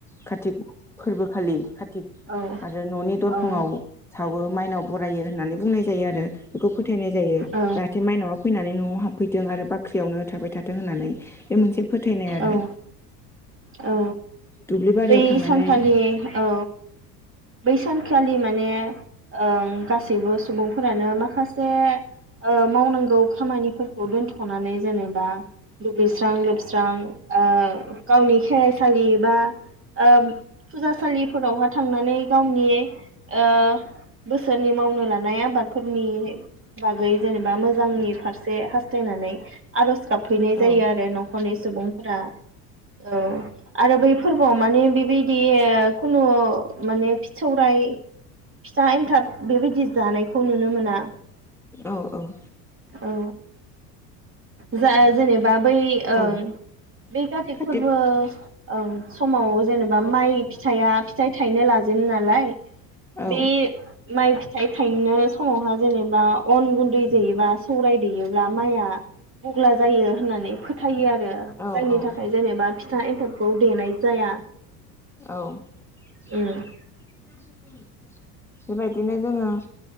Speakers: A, in the centre; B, on the right (about 25°).
A: कारतिक फोरबोखालि कारतिक
B: औ
A: आरो न'नि दरखंआव
B: औ
A: सावो माइनाव बरायो होननानै बुंनाय जायो आरो बेखौ फोथायनाय जायो
B: औ
A: जाहाथे माइनावा फैनानै न'आव हाबफैथों आरो बाख्रियावनो थाबाय थाथों होननानै बे मोनसे फोथायनाय आरो।
B: औ औ।
A: दुब्लि बारियाव
B: बै
A: थांनानै
B: सानखालि औ बै सानखालि माने ओं गासैबो सुबुंफोरानो माखासे मावनांगौ खामानिफोरखौ दोनथ'नानै जेनेबा दुगैस्रां लोबस्रां ओ गावनि खेराइसालि बा ओ फुजासालिफोरावहाय थांनानै गावनि ओ बोसोरनि मावनो लानाय आबादफोरनि बागै जेनेबा मोजांनि फारसे हास्थायनानै आर'ज गाबफैनाय जायो
A: औ
B: आरो न' खरनि सुबुंफोरा ओ आरो बैफोर बोआव माने बेबायदि खुनु माने फि सौराइ फिथा एन्थाब बेबायदि जानायखौ नुनो मोना।
A: औ औ।
B: औ जा जेनेबा बै ओ
A: औ
B: बै कारतिक
A: कार्तिक
B: फोरबो ओं समाव जेनेबा माइ फिथाइया फिथाइ थाइनो लाजेनो नालाय
A: औ
B: बे माइ फिथाइ थायनो समावहा जेनेबा अन गुन्दै जेयोबा सौराय दैयोब्ला माइआ बुग्ला जायो होननानै थायो आरो
A: औ
B: जायनि
A: औ
B: थाखाय जेनेबा फि था एन्थाबखौ देनाय जाया
A: औ <unintelligible>
B: उम
A: बेबायदिनो जोङो